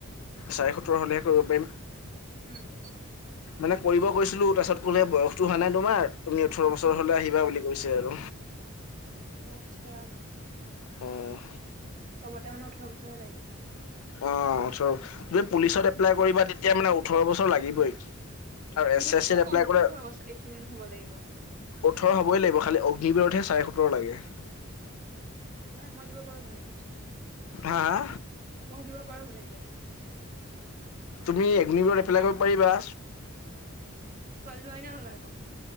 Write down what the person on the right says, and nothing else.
উম'।
উম
আচ্ছা
চ'বতে মানে ওঠৰ বছৰে লাগে
সেইটোতো
পুৰা
কমপ্লিট
উঠোৱা বছ এইটিন হ'ব লাগিব
মানে, মই দিব পাৰো মানে তিছ
মই দিব পাৰোঁ সনেকে।
ছোৱালী লয় ন' নলয় আকৌ?